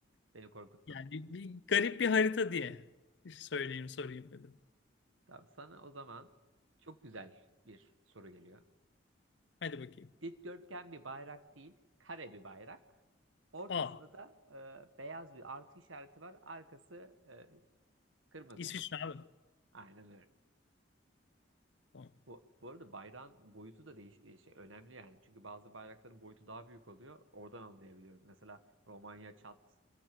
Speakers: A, on the right; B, on the left.
A: Beni korkuttun.
B: Yani bir garip bir harita diye söyleyeyim sorayım dedim.
A: Tamam sana o zaman çok güzel bir soru geliyor.
B: Hadi bakayım.
A: Dikdörtgen bir bayrak değil, kare bir bayrak. Ortasında
B: Aa
A: da e, beyaz bir artı işareti var. Arkası e, kırmızı.
B: İsviçre abi.
A: Aynen
B: Tamam.
A: Bu, bu arada bayrağın boyutu da değiş e, şey, önemli yani. Çünkü bazı bayrakların boyutu daha büyük oluyor. Oradan anlayabiliyoruz. Mesela Romanya çat